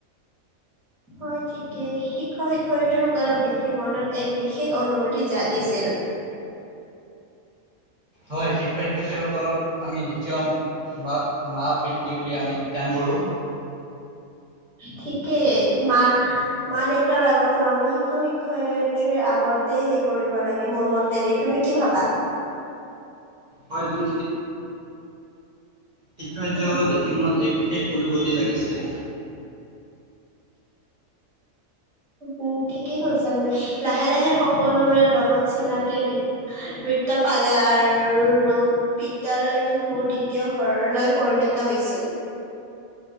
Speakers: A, in the centre; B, on the right.
A: হয় ঠিকে শিক্ষক শিক শিক্ষয়ত্ৰী সকলক দেখি মনত এক বিশেষ অনুভূতি জাগিছিল
B: হয় শিক্ষক শিক্ষয়িত্ৰীসকলক আমি দ্বিতীয় মাক মা পিতৃ বুলি আমি জ্ঞান কৰোঁ
A: ঠিকেই মা মা দেউতাৰ আগতো আমি শিক্ষক শিক্ষয়ত্ৰ আগতে হেই কৰিব লাগে মোৰ মতে দেই তুমি কি ভাবা
B: হয় তুমি শিক্ষয়িত্ৰীসকলক
A: উম
B: দেখি মনত এক বিশেষ অনুভূতি জাগিছিল
A: উম ঠিকেই কৈছা তুমি লাহে লাহে সকলোৰে লগত চিনাকি বৃত্ত পালে আৰু বিদ্যালয়ত মোৰ দ্বিতীয় ঘৰলৈ পৰিণত হৈছিল